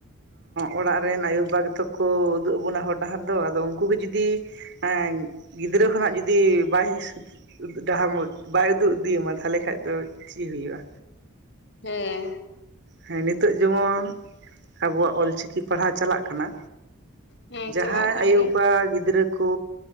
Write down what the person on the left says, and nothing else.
ᱦᱮᱸ
ᱦᱮᱸ
ᱪᱟᱞᱟᱜ ᱠᱟᱱ
ᱜᱮᱭᱟ